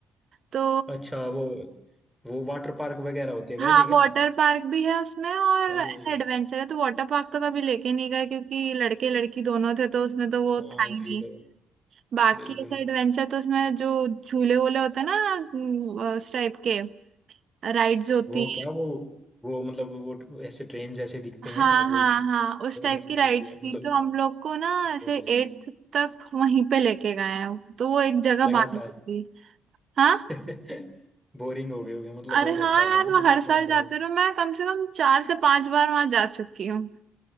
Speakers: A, on the right (about 55°); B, in the centre.
A: तो
B: अच्छा वो वो वाटर पार्क वगैरह होते हैं
A: हाँ
B: वैसे क्या
A: वाटर पार्क भी है उसमें और
B: अरे
A: ऐसा एडवेंचर है तो वाटर पार्क तो कभी लेके नहीं गए क्योंकि लड़के लड़की दोनों थे तो उसमें तो वो
B: हाँ
A: था ही
B: वही
A: नहीं
B: तो
A: बाकी
B: बिल्कुल
A: ऐसा एडवेंचर तो उसमें जो झूले वूले होते हैं ना अम, उस टाइप के राइड्स होती
B: वो क्या वो वो मतलब वो ऐसे ट्रेन जैसे दिखते
A: हाँ
B: हैं वो
A: हाँ हाँ उस
B: वो
A: टाइप
B: भी
A: की
B: ये
A: राइड्स
B: होती है
A: थी
B: मतलब
A: तो हम लोग को ना ऐसे
B: भाई
A: एट्थ तक वहीं पे लेके गए हैं तो वो एक जगह
B: लगातार
A: बानी थी हाँ
B: <laughs> बोरिंग हो गए होगे मतलब
A: अरे
B: बोर होता
A: हाँ
B: होगा
A: यार
B: ना
A: मैं
B: मतलब
A: हर साल
B: बार
A: जाती
B: बार
A: रहा मैं कम से कम चार से पांच बार वहां जा चुकी हूँ